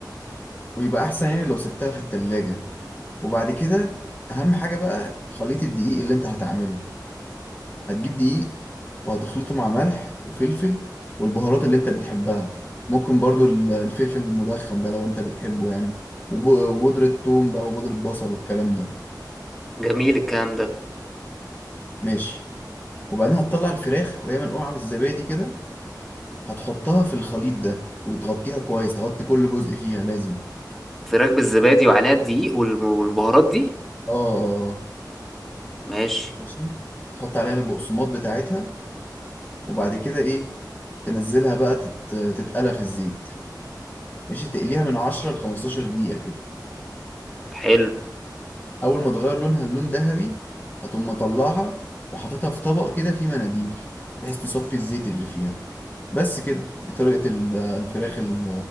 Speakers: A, on the left; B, in the centre.
A: ويبقى احسن يعني لو سبتها في التلاجة وبعد كده اهم حاجه بقى خليط الدقيق اللي انت هتعمله هتجيب دقيق وهتخلطه مع ملح وفلفل والبهارات اللي انت بتحبها ممكن برضو ال- الفلفل المدخن ده لو انت بتحبه يعني وب- وبودرة توم بقى وبودرة بصل والكلام ده
B: جميل الكلام ده
A: ماشي وبعدين هتطلع الفراخ وهي منقوعة بالزبادي كده هتحطها في الخليط ده وتغطيها كويس تغطي كل جزء فيها لازم
B: فراخ بالزبادي وعليها الدقيق والم- والبهارات دي
A: اه اه آه.
B: ماشي
A: ماشي تحط عليها البقسماط بتاعتها وبعد كده ايه تنزلها بقى تت... تتقلى في الزيت ماشي تقليها من 10 ل 15 دقيقة كده
B: حلو
A: أول ما تغير لونها للون ذهبي هتقوم مطلعها وحاططها في طبق كده فيه مناديل بحيث تصفي الزيت اللي فيها بس كده دي طريقة ال- الفراخ ال-